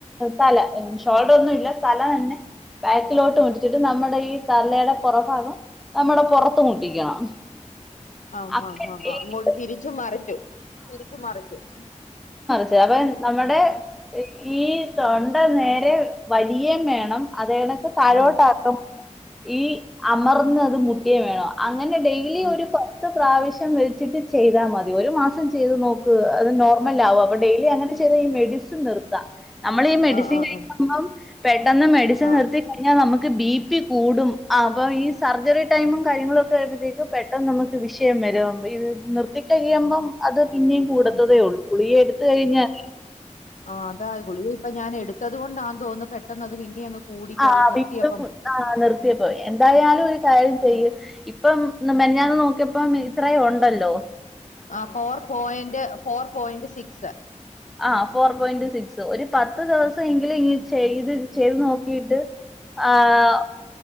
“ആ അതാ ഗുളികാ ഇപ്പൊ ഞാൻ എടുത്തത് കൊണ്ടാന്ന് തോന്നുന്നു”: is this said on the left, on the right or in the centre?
Left